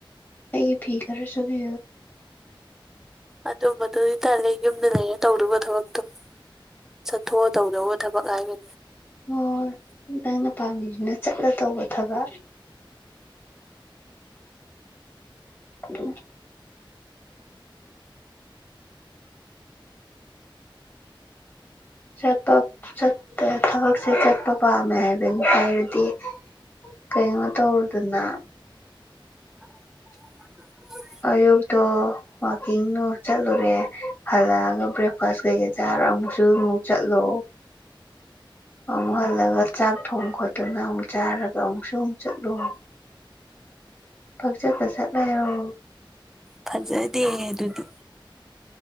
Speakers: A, on the left (about 25°); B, in the centre.
A: ꯑꯩ ꯐꯤꯀꯔꯦꯁꯨꯕꯤ
B: ꯑꯗꯨꯝꯕꯗꯨ ꯑꯣꯏꯇꯥꯔꯦ ꯌꯨꯝꯗ ꯂꯩꯔꯦ ꯇꯧꯔꯨꯕ ꯊꯕꯛꯇꯣ ꯆꯠꯊꯣꯛꯑꯣ ꯇꯧꯗꯑꯣ ꯊꯕꯛ ꯍꯥꯏꯕ
A: ꯍꯣꯏ ꯅꯪꯅ ꯄꯥꯝꯕꯤꯗꯨꯅ ꯆꯠꯂ ꯇꯧꯕ ꯊꯕꯛ ꯎ ꯆꯠꯇꯞ ꯆꯠ ꯊꯕꯛꯁꯦ ꯆꯠꯄ ꯄꯥꯝꯃꯦ ꯍꯥꯏꯕꯅꯤ ꯍꯥꯏꯔꯗꯤ ꯀꯩꯅꯣ ꯇꯧꯔꯗꯅ
B: <inaudible>
A: ꯑꯌꯨꯛꯇꯣ ꯋꯥꯛꯀꯤꯡꯣ ꯆꯠꯂꯨꯔꯦ ꯍꯜꯂꯛꯑꯒ ꯕ꯭ꯔꯦꯛꯐꯥꯁ ꯀꯩꯀꯩ ꯆꯥꯔꯕ ꯃꯨꯁꯨ ꯑꯥꯃꯨꯛ ꯆꯥꯠꯂꯣ ꯑꯃꯨꯛ ꯍꯜꯂꯒ ꯆꯥꯛ ꯊꯣꯡ ꯈꯣꯠꯇꯨꯅ ꯑꯃꯨꯛ ꯆꯥꯔꯒ ꯑꯃꯨꯛꯁꯨ ꯑꯃꯨꯛ ꯆꯠꯂꯨ ꯐꯛꯆ ꯆꯠꯂ ꯂꯩꯔꯣ
B: ꯐꯖꯗꯦ ꯑꯗꯨꯗꯤ